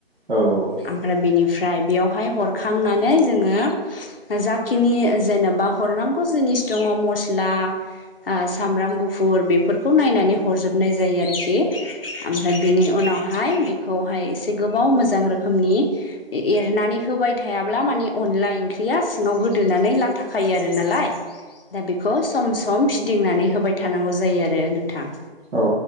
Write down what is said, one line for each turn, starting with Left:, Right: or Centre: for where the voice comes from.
Right: औ औ
Left: ओमफ्राय बिनिफ्राय बेयावहाय हरखांनानै जोङो जाखिनि जेनेबा हरनांगौ जिनिस दङ मस्ला ओ सामब्राम गुफुर बेफोरखौ नायनानै हरजोबनाय जायो आरोखि। <unintelligible> ओमफ्राय बिनि उनावहाय बेखौहाय एसे गोबाव मोजां रोखोमनि एरनानै होबाय थायाब्ला मानि अनला ओंख्रिया सिङाव गोदोनानै लाथा खायो आरो नालाय। दा बेखौ सम सम फिदिंनानै होबाय थानांगौ जायो आरो नोंथां।
Right: औ।